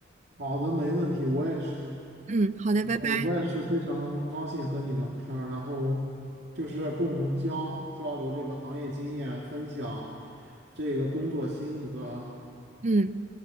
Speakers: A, on the right (about 65°); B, on the right (about 40°).
A: 好的，没问题，我也是。
B: 嗯，好的，
A: 然后我也是非常高兴和你聊天儿，
B: 拜拜。
A: 然后就是共同交交流这个行业经验，分享这个工作心得，
B: 嗯